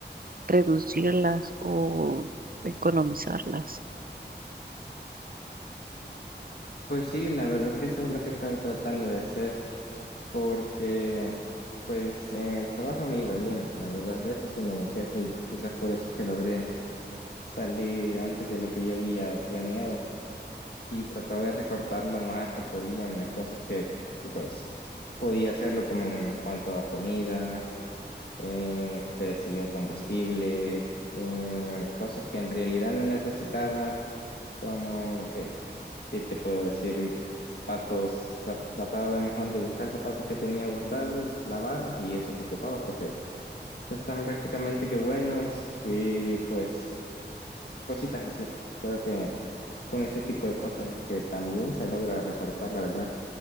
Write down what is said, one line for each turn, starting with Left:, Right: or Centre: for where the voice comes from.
Right: reducirlas o economizarlas.
Left: Pues sí, la verdad es que eso es lo que estaba tratando de hacer, porque pues en el trabajo me iba bien, la verdad, de eso sí no me quejo y quizás por eso es que logré salir antes de lo que yo había planeado y trataba de recortar lo más que podía en las cosas que pues podía hacerlo como en cuanto a comida, eh, qué sé yo, combustible, eh, cosas que en realidad no necesitaba Como que, ¿qué te puedo decir? Zapatos, tra- trataba de mejor de buscar zapatos que tenía guardados, lavarlos y esos ocupaba porque están prácticamente que buenos y pues cositas así. Creo que con ese tipo de cosas es que también se logra recortar, la verdad.